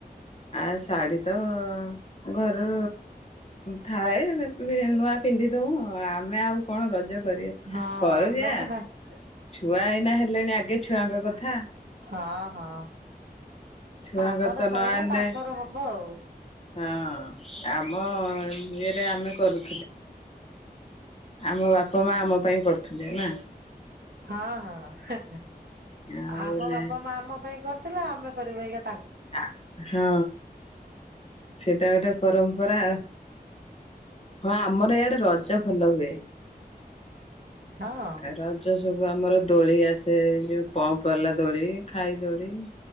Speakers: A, on the left; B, on the right.
A: ଆ ଶାଢୀ ତ ଘରୁ। ଥାଏ ନୂଆ ପିନ୍ଧି ଦଉ ଆମେ ଆଉ କଣ ରଜ? କରିବା
B: ହଁ
A: କରୁ
B: ଆମେ
A: ଯେ
B: ତ ହଁ
A: ଛୁଆ ଏଇନା ହେଲେଣି ଆଗେ ଛୁଆଙ୍କ କଥା
B: ହଁ ହଁ।
A: ଛୁଆଙ୍କର
B: ଆମର
A: ତ
B: ସଇଲା
A: ନହେଲେ।
B: ତାଙ୍କର ହବ ଆଉ।
A: ହଁ ଆମ ଇଏରେ ଆମେ କରୁ। ଆମ ବାପା ମା ଆମ ପାଇଁ କରୁଥିଲେ ନା?
B: ହଁ ହଁ
A: ଆଉ
B: ଆମ
A: ଏଇନା
B: ବାପା ମା ଆମ ପାଇଁ କରିଥିଲେ, ଆମେ କରିବୁ ଏଇ।
A: ଆ ହଁ ସେଟା ଗୋଟେ ପରମ୍ପରା। ହଁ ଆମର ଏଇଆଡେ ରଜ ଭଲ ହୁଏ
B: ହଁ
A: ଆ ରଜ। ଯୋଉ ସବୁ ଆମର ଦୋଳି ଆସେ ଯୋଉ ପମ୍ପ ବାଲା ଦୋଳି ଖାଇ ଦୋଳି।